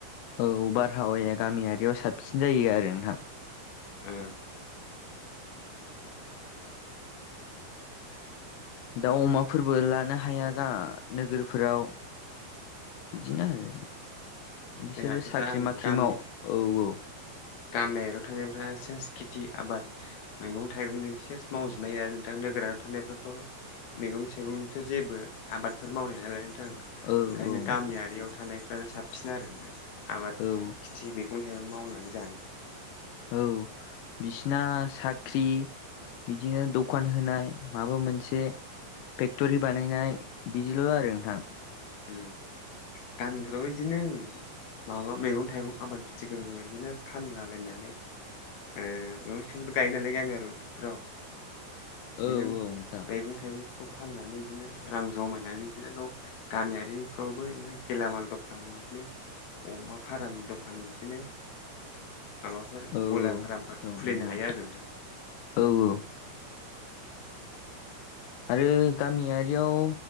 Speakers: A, on the left; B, on the left.
A: औ बारहावाया गामियारियाव साबसिन जायो आरो नोंथां।
B: ओ
A: दाउ अमाफोरबो लानो हायाना नोगोरफोराव बिदिनो आरो बिसोरो
B: जोंहाथ'
A: साख्रि
B: दा आं
A: माख्रि
B: गामि
A: माव औ-औ
B: गामियारियाव थानायफोरा सेस खेति आबाद मैगं थाइगंनि सेस मावजोबनो हायो नोंथा नोगोराव थानायफ्राथ' मैगं थाइगंनिथ' जेबो आबादफोर मावनो हाया नालाय नोंथां
A: औ
B: ओंखायनो
A: नोंथां
B: गामियारियाव थानायफ्रानो साबसिन आरो नोंथां आबाद
A: औ
B: खेथि मै मैगं थाइगं मावनानै जानो
A: औ बिसिना साख्रि बिदिनो दखान होनाय माबा मोनसे फेक्ट'रि बानायनाय बिदिल' आरो नोंथां
B: ओ गामिफ्रावबो बिदिनो माबा मैगं थाइगं आबाद खिथिफोरखौ बिदिनो फानलाबायनानै ए नथि' गायो नालाय गामियारिफोराव
A: औ
B: बिदिनो
A: नोंथां
B: मैगं थाइगंफोरखौ फाननानै बिदिनो रां जमायनानै बिदिनो न' गामियारिफ्रावबो बिदिनो गेलामाल दखान बिदिनो अमा फार्म दखान बिदिनो माबाफोर
A: औ औ
B: ब्रयलार फार्मफोर
A: औ
B: खुलिनो
A: नंगौ
B: हायो आरो नोंथां
A: औ आरो गामियारियाव